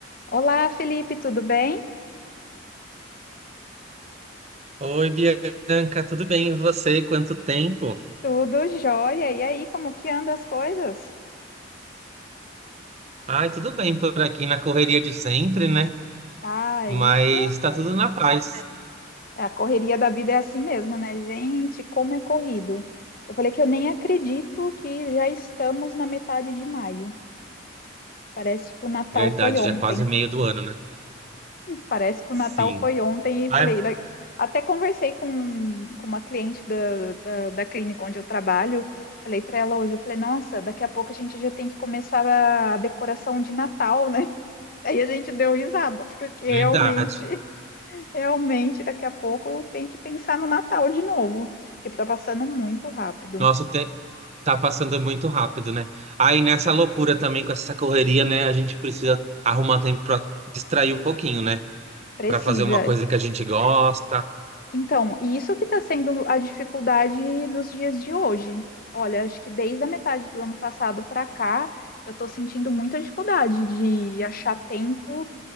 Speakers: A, on the left; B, on the right.
A: Olá, Felipe, tudo bem?
B: Oi, Bianca, tudo bem? E você? Quanto tempo?
A: Tudo jóia. E aí, como que andam as coisas?
B: Ai, tudo bem por aqui na correria de sempre, né?
A: Ah,
B: Mas
A: isso,
B: tá tudo na paz.
A: a correria da vida é assim mesmo, né? Gente, como é corrido. Eu falei que eu nem acredito que já estamos na metade de maio. Parece que o Natal
B: Verdade,
A: foi ontem.
B: já é quase meio do ano, né?
A: Parece que o
B: Sim.
A: Natal foi ontem e
B: Ai,
A: falei, da- até conversei com, com uma cliente da, da, da clínica onde eu trabalho. Falei para ela hoje, eu falei, nossa, daqui a pouco a gente já tem que começar a decoração de Natal, né? Aí a gente deu risada, porque realmente,
B: verdade.
A: <laughs> realmente daqui a pouco tem que pensar no Natal de novo, porque tá passando muito rápido.
B: Nossa, o te- tá passando muito rápido, né? Aí nessa loucura também com essa correria, né? A gente precisa arrumar tempo pra distrair um pouquinho, né?
A: Precisa.
B: Pra fazer uma coisa que a gente gosta.
A: Então, e isso que está sendo a dificuldade dos dias de hoje. Olha, acho que desde a metade do ano passado para cá, eu estou sentindo muita dificuldade de achar tempo